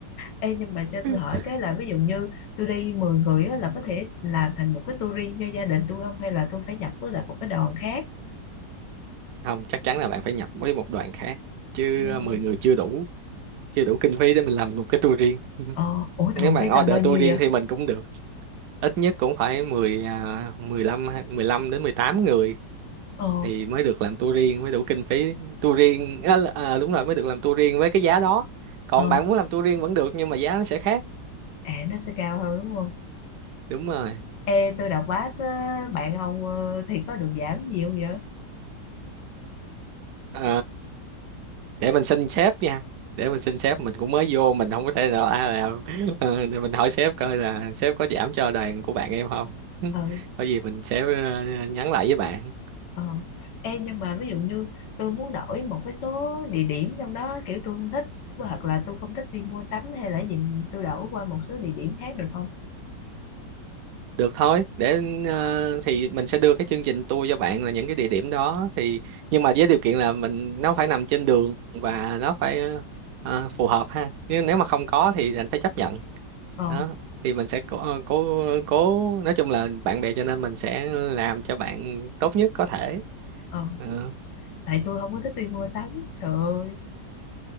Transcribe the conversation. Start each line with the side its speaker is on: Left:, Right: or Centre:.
Left: Ê nhưng mà cho
Right: <laughs>
Left: tôi hỏi cái là ví dụ như tôi đi 10 người á là có thể làm thành một cái tour cho gia đình tôi không hay là tôi phải nhập với lại một cái đoàn khác
Right: không chắc chắn là bạn phải nhập với một đoàn khác chứ
Left: Dạ.
Right: ờ, 10 người chưa đủ chưa đủ kinh phí để mình làm một cái tour riêng <laughs>
Left: ờ ủa
Right: nếu
Left: thường
Right: mà
Left: phải tầm
Right: order
Left: bao nhiêu
Right: tour riêng
Left: vậy
Right: thì mình cũng được ít nhất cũng phải 10 à, 15 hay- 15 đến 18 người
Left: ờ
Right: thì mới được làm tour riêng mới đủ kinh phí tour riêng à, là- à, đúng rồi mới được làm tour riêng với cái giá đó còn
Left: ờ
Right: bạn muốn làm tour riêng vẫn được nhưng mà giá nó sẽ khác
Left: à nó sẽ cao hơn đúng không
Right: đúng rồi
Left: ê tôi đọc báo thế bạn ông ờ, thì có được giảm gì không vậy
Right: Ờ, để mình xin sếp nha để mình xin sếp mình cũng mới vô mình không có thể nào à, làm <laughs> Ờ, thì mình hỏi sếp coi là sếp có giảm cho đoàn của bạn em không <laughs>
Left: ừ
Right: có gì mình sẽ ờ, nhắn lại với bạn
Left: ờ ê nhưng mà ví dụ như tôi muốn đổi một cái số địa điểm trong đó kiểu tôi không thích hoặc là tôi không thích đi mua sắm hay là gì tôi đổi qua một số địa điểm khác được không
Right: Được thôi, để ờ, thì mình sẽ đưa cái chương trình tour cho bạn là những cái địa điểm đó thì nhưng mà với điều kiện là mình nó phải nằm trên đường và nó phải ờ, phù hợp ha. Nhưng nếu mà không có thì anh phải chấp nhận.
Left: ờ
Right: Đó, thì mình sẽ cố ờ, cố cố nói chung là bạn bè cho nên mình sẽ làm cho bạn tốt nhất có thể.
Left: ờ
Right: Ừ.
Left: tại tôi không có thích đi mua sắm trời ơi